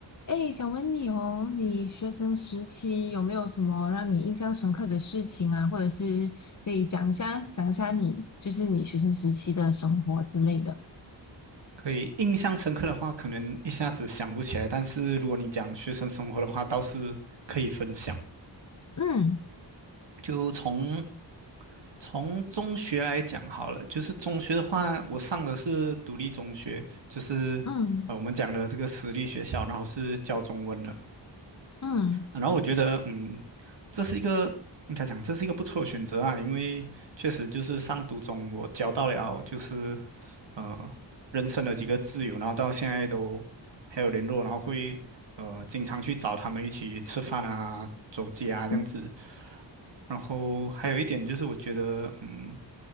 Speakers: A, on the left; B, on the right.
A: 哎，想问你哦，你学生时期有没有什么让你印象深刻的事情啊？或者是可以讲一下，讲一下你就是你学生时期的生活之类的。
B: 可以，印象深刻的话，可能一下子想不起来。但是如果你讲学生生活的话，倒是可以分享。
A: 嗯
B: 就从从中学来讲好了，就是中学的话，我上的是独立中学，就是呃我们讲的这个私立学校，
A: 嗯
B: 然后是教中文的。
A: 嗯
B: 然后我觉得，嗯，这是一个应该讲这是一个不错的选择啊，因为确实就是上读中我交到了就是呃人生的几个挚友，然后到现在都还有联络，然后会呃经常去找他们一起吃饭啊、走街啊这样子。
A: 嗯，
B: 然后还有一点就是，我觉得嗯，